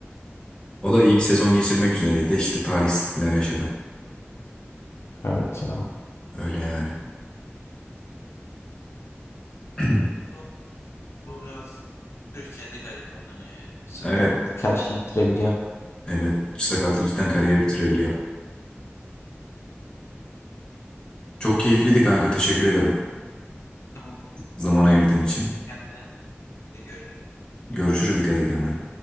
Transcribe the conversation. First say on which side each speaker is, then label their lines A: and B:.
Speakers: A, on the left (about 15°); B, on the left (about 75°).
A: O da iyi bir sezon geçirmek üzereydi. İşte talihsizlikler yaşadı.
B: Evet ya.
A: Öyle yani. <clears throat>
B: O, o biraz Türkiye'de garip oynanıyor ya. Sakatlık
A: Evet.
B: her şeyi bitirebiliyor.
A: Evet. Sakatlık cidden kariyeri bitirebiliyor. Çok keyifliydi kanka. Teşekkür ederim.
B: Tamam.
A: Zaman
B: Tamam.
A: ayırdığın için.
B: Kendine de görüş.
A: Görüşürüz. Dikkat et kendine.